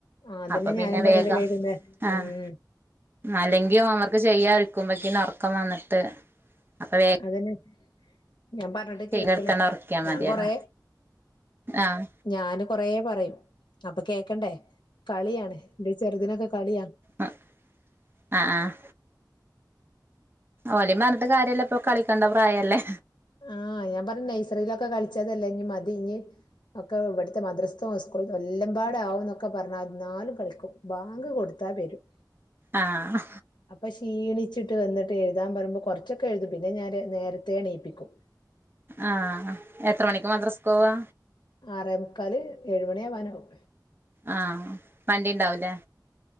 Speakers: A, on the left; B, on the right.
A: ആഹ് അതന്നെ
B: അപ്പൊ പിന്നെ
A: ഞാനും പറയല്
B: വേഗം
A: വൈകുന്നേ
B: ആഹ്
A: ഉം
B: അല്ലെങ്കിൽ ഹോംവർക്ക് ചെയ്യാ ഇരി ക്കുമ്പക്ക ഉറക്കം വന്നിട്ട് അപ്പൊവേ
A: അതന്നെ ഞാൻ പറഞ്ഞിട്ട് കേൾക്കണ
B: എടുത്തണ്ട് ഉറക്കിയാ മതിയല്ലോ
A: ഞാൻ കൊറെ
B: ആഹ്
A: ഞാന് കൊറെ പറയും അപ്പൊ കേക്കണ്ടേ കളിയാണ് എന്റെ ചെറുതിനൊക്കെ കളിയാണ്
B: അഹ് ആഹ് ആഹ് ഓലീം പറഞ്ഞ് ട്ട് കാര്യമല്ല ഇപ്പോ കളിക്കണ്ട പ്രായല്ലേ
A: ആഹ് ഞാൻ പറഞ്ഞയും നഴ്സറിയിലൊക്കെ കളിച്ചതല്ലേ ഇനി മതി ഇനി ഒക്കെ ഇവിടുത്തെ മദ്രസ്ഥവും സ്കൂള എല്ലാം പാട ആവും എന്നൊക്കെ പറഞ്ഞിരുന്നാലും കളിക്കും ബാങ്ക് കൊടുത്താ വരും
B: ആഹ്
A: അപ്പൊ ക്ഷീണിച്ചട്ട് വന്നിട്ട് എഴുതാൻ പറയ്പോ കുറച്ചൊക്കെ എഴുതും പിന്നെ ഞാൻ നേരത്തെ എണീയിപ്പിക്കും
B: ആഹ് എത്ര മണിക്ക് മദ്രാസക്ക് പോവാ
A: ആറേ മുക്കാൽ ഏഴുമണി ആവാനാവും
B: ആഹ് വണ്ടി ഉണ്ടാവു ലേ